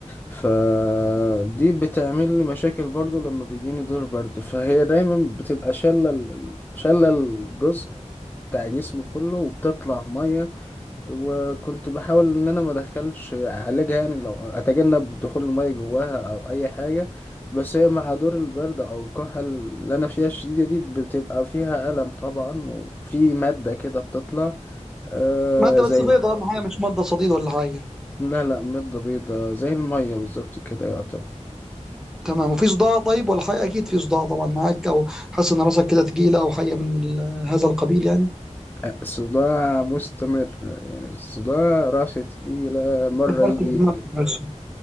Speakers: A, on the left (about 15°); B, in the centre.
A: فدي بتعمل لي مشاكل برضو لما بيجيني دور برد فهي دايما بتبقى شاله ال- شاله الجزء بتاع جسمي كله وبتطلع ميه وكنت بحاول ان انا ما ادخلش اعالجها يعني لو اتجنب دخول المية جواها او اي حاجة بس هي مع دور البرد او الكحة اللي انا فيها الشديدة دي بتبقى فيها ألم طبعا وفي مادة كده بتطلع آه
B: مادة
A: زي
B: بس بيضة أهم حاجة مش مادة صديد ولا حاجة
A: لا لا مادة بيضاء زي المية بالظبط كده يعتبر
B: تمام وفي صداع طيب ولا حاجة أكيد في صداع طبعا معاك أو حاسس إن راسك كده تقيلة أو حاجة من ال- هذا القبيل يعني
A: آه، صداع مستمر يعني الصداع راسه تقيلة مرة
B: يفرتك
A: يجي
B: دماغك بس